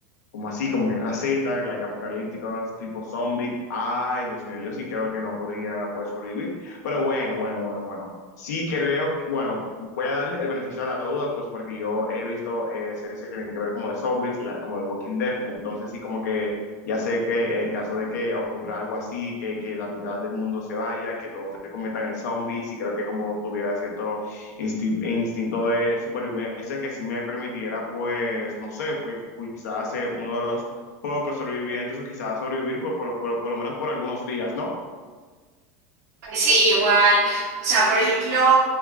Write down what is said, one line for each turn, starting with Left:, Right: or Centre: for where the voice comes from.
Left: como así, como guerra Z, like apocalípticos, tipo zombie. Ay, Dios mío, yo sí creo que no podría pues, sobrevivir. Pero bueno, bueno, bueno, bueno. Sí creo, bueno, voy a dar el beneficio de la duda, pues porque yo he visto eh, series que tienen que ver como de zombies, la- como de Walking Dead, entonces sí como que ya sé que en caso de que ocurra algo así, que, que la mitad del mundo se vaya, que todos se conviertan en zombies, y creo que como tuviera cierto insti- instinto de supervivencia que sí me permitiera, pues, no sé, que quizás ser uno de los pocos sobrevivientes o quizás sobrevivir por, por, por, por lo menos por algunos días, ¿no?
Right: Sí, igual. O sea, por ejemplo,